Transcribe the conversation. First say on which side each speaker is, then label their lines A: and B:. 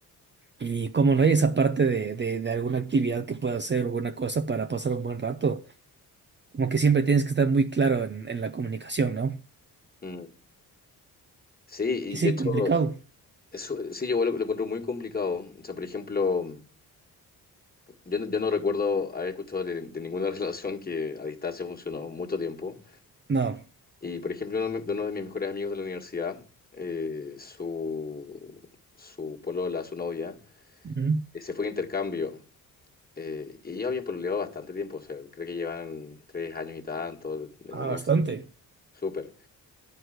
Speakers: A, on the right; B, on the left.
A: Y como no hay esa parte de, de, de alguna actividad que pueda hacer, alguna cosa para pasar un buen rato, como que siempre tienes que estar muy claro en, en la comunicación, ¿no?
B: mm, sí,
A: Y
B: y de
A: sí,
B: hecho,
A: complicado.
B: eso sí, yo lo, lo encuentro muy complicado. O sea, por ejemplo, yo no, yo no recuerdo haber escuchado de, de ninguna <laughs> relación que a distancia funcionó mucho tiempo.
A: No.
B: Y por ejemplo, uno, de uno de mis mejores amigos de la universidad, eh, su, su polola, su novia,
A: Ujú.
B: eh, se fue de intercambio. eh, y ellos habían pololeado bastante tiempo, o sea, creo que llevan tres años y tanto en la
A: Ah,
B: universidad.
A: bastante.
B: Súper.